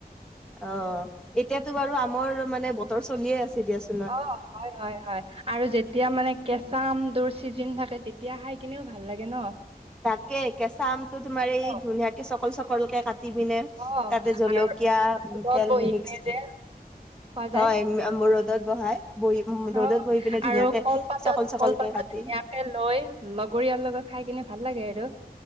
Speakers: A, in the centre; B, on the right.
A: অঁ এতিয়াতো বাৰু আমৰ মানে বতৰ চলিয়ে আছে দিয়া চোন।
B: অহ। হয়, হয়, হয় আৰু যেতিয়া মানে কেঁচা আমটোৰ চিজিন থাকে তেতিয়া খাই কিনেও ভাল লাগে ন।
A: তাকে কেঁচা আমটো তোমাৰ এই
B: অ
A: ধুনীয়াকে চকল চকল কে কাটি পিনে-
B: অ
A: তাতে জলকীয়া,
B: আৰু ৰ'দত
A: তেল
B: বহি
A: মিক্স
B: কিনে যে খোৱা
A: হয়
B: যায়
A: মূৰত- ৰ'দত বহাই বহি উম ৰ'দত
B: অ
A: বহি পিনে ধুনীয়াকে
B: আৰু কলপাতত
A: চকল চকল
B: কলপাতত
A: কে কাটি।
B: ধুনীয়াকে লৈ লগৰীয়াৰ লগত খাই কিনে ভাল লাগে আৰু।